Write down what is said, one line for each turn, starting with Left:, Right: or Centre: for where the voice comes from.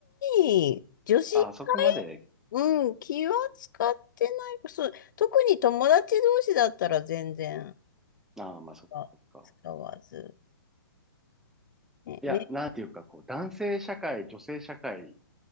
Left: に女子会、
Centre: あ、そこまで、
Left: うん、気は使ってない。そう、特に友達同士だったら全然
Centre: ああ、まあそっかそっか。
Left: あ使わず。ね、
Centre: いや、
Left: め、
Centre: なんていうか、こう、男性社会、女性社会っ